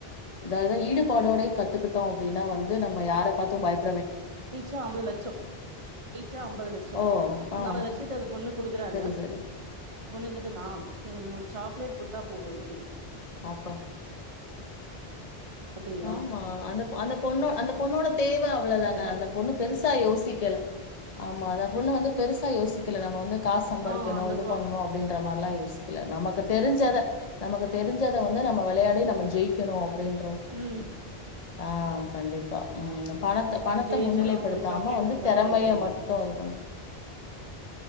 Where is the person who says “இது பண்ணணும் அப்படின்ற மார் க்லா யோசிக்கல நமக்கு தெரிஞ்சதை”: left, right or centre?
Left